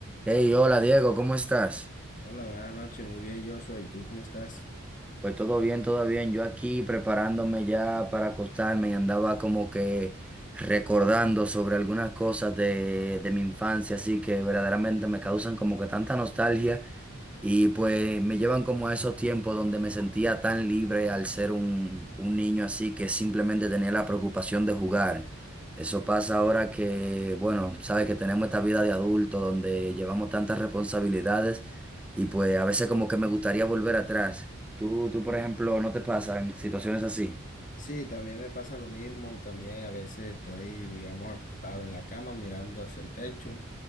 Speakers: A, in the centre; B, on the left.
A: Hey, hola Diego, ¿cómo estás?
B: Hola, buenas noches, muy bien Joshua, ¿y tú cómo estás?
A: Pues todo bien, todo bien. Yo aquí preparándome ya para acostarme y andaba como que recordando sobre algunas cosas de, de mi infancia, así que verdaderamente me causan como que tanta nostalgia Y pues me llevan como a esos tiempos donde me sentía tan libre al ser un, un niño así que simplemente tenía la preocupación de jugar. Eso pasa ahora que, bueno, sabes que tenemos esta vida de adulto donde llevamos tantas responsabilidades y pues a veces como que me gustaría volver atrás. Tú, tú, por ejemplo, ¿no te pasan situaciones así?
B: Sí, también me pasa lo mismo, también a veces estoy, digamos, acostado en la cama mirando hacia el techo